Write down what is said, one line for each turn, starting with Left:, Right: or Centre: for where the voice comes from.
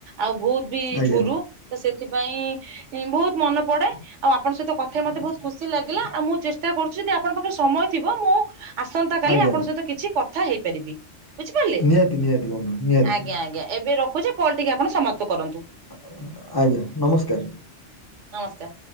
Right: ଆଉ ଭୁଉତ୍ ବି
Left: ଆଜ୍ଞା
Right: ଝରୁ ତ ସେଥିପାଇଁ ବହୁତ୍ ମନେ ପଡେ। ଆଉ ଆପଣଙ୍କ ସହିତ କଥା ହେଇ ମତେ ବହୁତ୍ ଖୁସି ଲାଗିଲା ଆଉ ମୁଁ ଚେଷ୍ଟା କରୁଛି ଯଦି ଆପଣ ପାଖରେ ସମୟ ଥିବ ମୁଁ ଆସନ୍ତାକାଲି
Left: ଆଜ୍ଞା
Right: ଆପଣଙ୍କ ସହିତ କିଛି କଥା ହେଇପାରିବି? ବୁଝିପାରିଲେ
Left: ନିହାତି ନିହାତି ବନ୍ଧୁ ନିହାତି
Right: ଆଜ୍ଞା, ଆଜ୍ଞା, ଏବେ ରଖୁଛି କଲ୍ ଟିକି ଆପଣ ସମାପ୍ତ କରନ୍ତୁ।
Left: ଆ ଆଜ୍ଞା, ନମସ୍କାର।
Right: ନମସ୍କାର।